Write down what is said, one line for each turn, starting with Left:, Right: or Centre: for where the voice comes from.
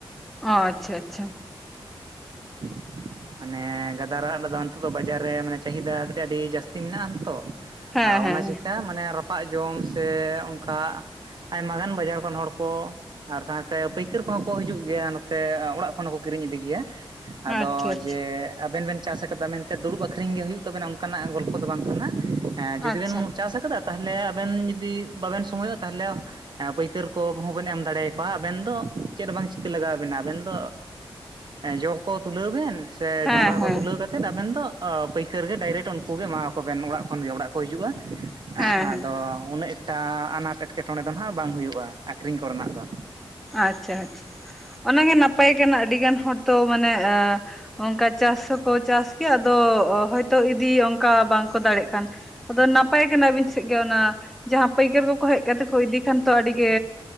Centre: ᱚ ᱟᱪᱪᱷᱟ ᱟᱪᱪᱷᱟ᱾
Right: <inaudible> ᱢᱟᱱᱮ ᱜᱟᱫᱟᱨᱟᱜ ᱨᱮᱫᱚ ᱱᱤᱛᱚᱜ ᱫᱚ ᱵᱟᱡᱟᱨ ᱨᱮ ᱢᱟᱱᱮ ᱪᱟᱹᱦᱤᱫᱟ ᱠᱟᱹᱴᱤᱡ ᱟᱹᱰᱤ ᱡᱟᱹᱥᱛᱤ ᱢᱮᱱᱟᱜᱼᱟᱱ ᱛᱚ᱾
Centre: ᱦᱮᱸ
Right: ᱟ
Centre: ᱦᱮᱸ
Right: ᱚᱱᱟ ᱪᱤᱛᱟ ᱢᱟᱱᱮ ᱨᱟᱯᱟᱜ ᱡᱚᱢ ᱥᱮ ᱚᱱᱠᱟ ᱟᱭᱢᱟ ᱜᱟᱱ ᱵᱟᱡᱟᱨ ᱠᱷᱚᱱ ᱦᱚᱲ ᱠᱚ ᱟᱨ ᱥᱟᱶᱛᱮ ᱯᱟᱹᱭᱠᱟᱹᱨ ᱠᱚᱦᱚᱸ ᱠᱚ ᱦᱤᱡᱩᱜ ᱜᱮᱭᱟ ᱱᱚᱛᱮ ᱚᱲᱟᱜ ᱠᱷᱚᱱ ᱠᱤᱨᱤᱧ ᱤᱫᱤ ᱜᱮᱭᱟ ᱟᱫᱚ
Centre: ᱟᱪᱪᱷᱟ ᱟᱪᱪᱷᱟ
Right: ᱡᱮ ᱟᱵᱮᱱ ᱵᱮᱱ ᱪᱟᱥ ᱟᱠᱟᱫᱟ ᱢᱮᱱᱛᱮ ᱫᱩᱲᱩᱵᱽ ᱟᱠᱠᱷᱨᱤᱧ ᱜᱮ ᱦᱩᱭᱩᱜ ᱛᱟᱵᱮᱱᱟ ᱚᱱᱠᱟᱱᱟᱜ ᱜᱚᱞᱯᱷᱚ ᱫᱚ ᱵᱟᱝ ᱠᱟᱱᱟ ᱡᱩᱫᱤ
Centre: ᱟᱪᱪᱷᱟ
Right: ᱵᱮᱱ ᱪᱟᱥ ᱟᱠᱟᱫᱟ ᱛᱟᱦᱟᱞᱮ ᱟᱵᱮᱱ ᱡᱩᱫᱤ ᱵᱟᱵᱮᱱ ᱥᱚᱢᱚᱭᱚᱜᱼᱟ ᱛᱟᱦᱚᱞᱮ ᱮᱸ ᱯᱟᱹᱭᱠᱟᱹᱨ ᱠᱚ ᱦᱚᱸᱵᱮᱱ ᱮᱢ ᱫᱟᱲᱮᱭᱟ ᱠᱚᱣᱟ ᱟᱵᱮᱱ ᱫᱚ ᱪᱮᱫ ᱦᱚᱸ ᱵᱟᱝ ᱪᱤᱠᱟᱹ ᱞᱟᱜᱟᱣ ᱟᱵᱮᱱᱟ ᱟᱵᱮᱱ ᱫᱚ ᱡᱚ ᱠᱚ ᱛᱩᱞᱟᱹᱣ ᱵᱮᱱ ᱥᱮ
Centre: ᱦᱮᱸ
Right: ᱡᱚᱸᱰᱨᱟ
Centre: ᱦᱮᱸ
Right: ᱠᱚ ᱛᱩᱞᱟᱹᱣ ᱠᱟᱛ ᱛᱮᱫᱽ ᱟᱵᱮᱱ ᱫᱚ ᱯᱟᱹᱭᱠᱟᱹᱨ ᱜᱮ ᱰᱟᱭᱨᱮᱴ ᱩᱱᱠᱩ ᱜᱮ ᱮᱢᱟᱣ ᱟᱠᱚᱵᱮᱱ ᱚᱲᱟᱜ ᱠᱷᱚᱱᱜᱮ ᱚᱲᱟᱜ ᱠᱚ ᱦᱤᱡᱩᱜᱼᱟ᱾
Centre: ᱦᱮᱸ
Right: ᱟᱫᱚ
Centre: ᱦᱮᱸ
Right: ᱩᱱᱟᱹᱜ ᱮᱴᱟ ᱟᱱᱟᱴ ᱮᱸᱴᱠᱮᱴᱚᱬᱮ ᱫᱚ ᱱᱟᱦᱟᱸᱜ ᱵᱟᱝ ᱦᱩᱭᱩᱜᱼᱟ ᱟᱠᱠᱷᱤᱨᱤᱧ ᱠᱚᱨᱮᱱᱟᱜ ᱫᱚ᱾
Centre: ᱟᱪᱪᱷᱟ ᱟᱪᱪᱷᱟ ᱚᱱᱟᱜᱮ ᱱᱟᱯᱟᱭ ᱠᱟᱱᱟ ᱟᱹᱰᱤ ᱜᱟᱱ ᱦᱚᱲ ᱛᱚ ᱢᱟᱱᱮ ᱮᱸᱻ ᱚᱝᱠᱟ ᱪᱟᱥ ᱦᱚᱸᱠᱚ ᱪᱟᱥ ᱠᱮᱭᱟ ᱟᱫᱚ ᱦᱚᱭᱛᱳ ᱤᱫᱤ ᱚᱝᱠᱟ ᱵᱟᱝᱠᱚ ᱫᱟᱲᱮᱜ ᱠᱟᱱ᱾ ᱟᱫᱚ ᱱᱟᱯᱟᱭ ᱠᱟᱱᱟᱵᱤᱱ ᱥᱮᱜ ᱜᱮ ᱚᱱᱟ ᱡᱟᱦᱟᱸ ᱯᱟᱹᱭᱠᱟᱹᱨ ᱠᱚᱠᱚ ᱦᱮᱡ ᱠᱟᱛᱮ ᱠᱚ ᱤᱫᱤ ᱠᱷᱟᱱ ᱛᱚ ᱟᱹᱰᱤ ᱜᱮ